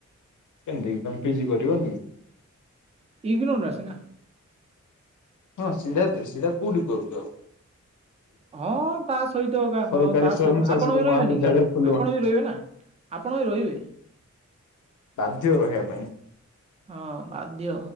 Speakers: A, on the left; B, on the right.
A: କେମତିକି ତମେ ପିଜି କରିବନି?
B: ଇଗ୍ନୋ ଟା ସିନା।
A: ହଁ ସିଢା ତ ସିଢା କୋଉଠି କରୁଚ?
B: ହଁ ତା ସହିତ ଏକା
A: ସରକାରୀ
B: ହଁ ତା
A: ସ୍ଵୟଂଶାସିତ
B: ସହିତ ଆପଣ ବି
A: ମହାବିଦ୍ୟାଳୟ
B: ରହିବେନି କି
A: ଫୁଲବାଣୀ
B: ଆପଣ ବି ରହିବେ ନା। ଆପଣ ବି ରହିବେ।
A: ବାଧ୍ୟ ରହିବା ପାଇଁ।
B: ହଁ ବାଧ୍ୟ